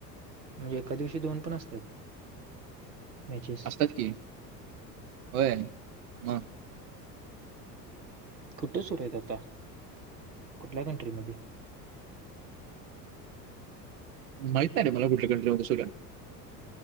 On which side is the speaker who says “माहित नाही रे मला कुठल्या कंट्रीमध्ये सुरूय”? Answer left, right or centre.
Right